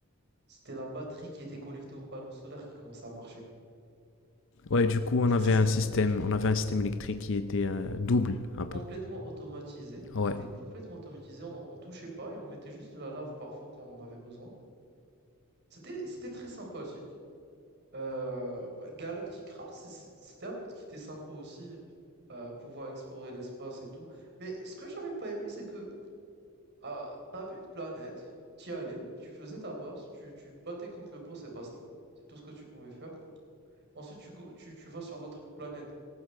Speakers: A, on the right; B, on the left.
A: c'était la batterie qui était connectée aux panneaux solaires qui commençait à marcher.
B: Ouais, du coup, on
A: C'est
B: avait
A: c'est ce,
B: un système, on avait un système électrique qui était euh, double,
A: Et
B: un peu.
A: complètement automatisé,
B: Ouais.
A: qui était complètement automatisé, on, on touchait pas et on mettait juste de la lave parfois quand on en avait besoin. C'était c'était très sympathique. Euh, bah, Galactic Craft, c'est- c'est- c'était un mode qui était sympa aussi, euh, pouvoir explorer l'espace et tout. Mais ce que j'avais pas aimé, c'est que euh, t'avais une planète, t'y allais, tu faisais ta base, tu, tu te battais contre le boss et basta. C'est tout ce que tu pouvais faire. Ensuite, tu, go- tu, tu vas sur l'autre planète.